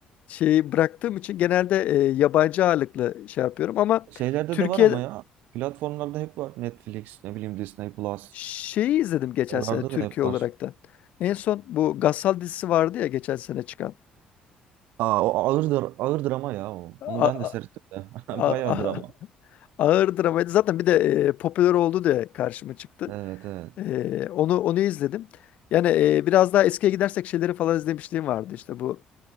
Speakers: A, on the left; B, on the right.
A: şey bıraktığım için genelde e, yabancı ağırlıklı şey yapıyorum ama
B: Şeylerde
A: Türkiye
B: de var ama ya. Platformlarda hep var. Netflix, ne bileyim Disney Plus.
A: Şeyi izledim geçen
B: Oralarda
A: sene Türkiye
B: da hep
A: olarak
B: var.
A: da. En son bu Gassal dizisi vardı ya geçen sene çıkan.
B: Aa, o ağırdır, ağır drama ya o.
A: A-
B: Onu ben
A: a-
B: de seyrettim de.
A: a-
B: <laughs> Bayağı
A: a-
B: drama.
A: ağır dramaydı. Zaten bir de e, popüler oldu diye karşıma çıktı.
B: Evet, evet.
A: E, onu onu izledim. Yani e, biraz daha eskiye gidersek şeyleri falan izlemişliğim vardı. İşte bu